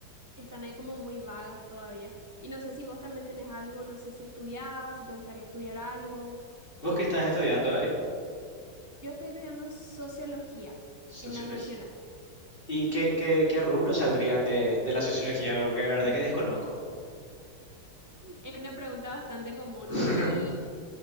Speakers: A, on the right (about 25°); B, on the left (about 25°).
A: están ahí como muy vagas todavía. Y no sé si vos también tenés algo, no sé si estudiás, si te gustaría estudiar algo.
B: ¿Vos qué estás estudiando, Ari?
A: Yo estoy estudiando sociología
B: Sociología.
A: en la nacional.
B: ¿Y qué, qué, qué rubros saldrían de, de la sociología? Porque la verdad que desconozco.
A: Es una pregunta bastante común
B: <laughs>
A: y